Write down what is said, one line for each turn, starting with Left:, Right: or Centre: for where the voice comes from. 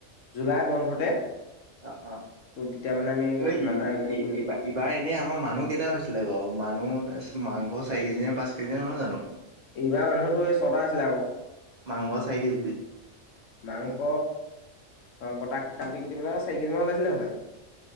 Left: জুলাই বন্ধতে <unintelligible>
Right: অ অ
Left: তোৰ তেতিয়া মানে আমি
Right: এইবাৰ
Left: খানা এটা আয়োজন কৰিমেই
Right: এনে আমাৰ মানুহ কেইটা হৈছে আছিলে বাৰু মানুহ মাংস চাৰি কেজি নে পাঁচ কেজি নহয় জানো
Left: এইবাৰ মানুহতো এই ছটা আছিলে আকৌ
Right: মাংস চাৰি কেজি
Left: মাংস অ কটা কাটি কুটি পেলাই চাৰি কেজি মান ওলাইছিলে হপাই